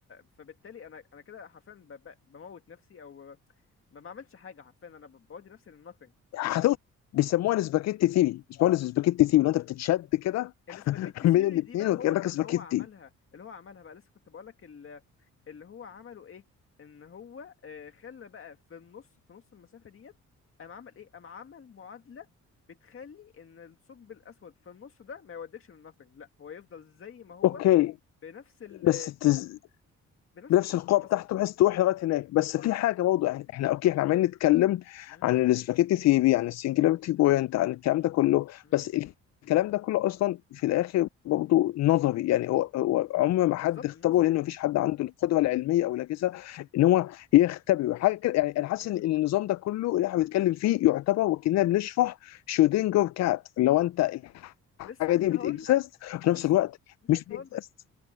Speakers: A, on the left (about 45°); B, on the left (about 60°).
A: فبالتالي أنا أنا كده حرفيا ب... ب- بموت نفسي أو ما بعملش حاجه حرفيا انا ب- بودي نفسي للناثينج
B: هتوصل بيسموها السباكيتي ثيري بيسموها السباكيتي ثيري لو انت بتتشد كده
A: فالاسباجيتي
B: <laughs>
A: سيري
B: من الاثنين
A: دي بقى
B: وكانك
A: هو اللي
B: سباكيتي
A: هو عملها اللي هو عملها بقى لسه كنت بقول لك اللي هو عمله ايه ان هو آه، خلى بقى في النص في نص المسافه ديت قام عمل ايه قام عمل معادله بتخلي ان الثقب الاسود في النص ده ما يوديكش للناثينج لا هو يفضل زي ما هو
B: اوكي
A: بنفس ال
B: بس التز...
A: بنفس
B: بنفس
A: القطر
B: القوه
A: مثلا
B: بتاعته بحيث تروح لغايه هناك بس
A: اه
B: في حاجه برضه يعني احنا اوكي احنا عمالين نتكلم
A: م-
B: عن السباكيتي ثيري عن السنجلاريتي بوينت عن الكلام
A: م-
B: ده كله
A: م-
B: بس الكلام ده كله اصلا في الاخر برضه نظري يعني هو هو عمر ما
A: بالظبط
B: حد اختبره
A: نظري
B: لان مفيش حد عنده القدره العلميه او الاجهزه ان هو يختبره حاجه كده يعني انا حاسس
A: يا
B: ان
A: دود
B: إن النظام ده كله اللي احنا بنتكلم فيه يعتبر
A: م-
B: وكاننا بنشرح شودنجر كات اللي هو انت الحاجه
A: لسه كنت
B: دي بتكزيست
A: هقول لك
B: وفي نفس
A: لسه
B: الوقت
A: لسه
B: مش
A: كنت
B: بتكزيست
A: هقول لك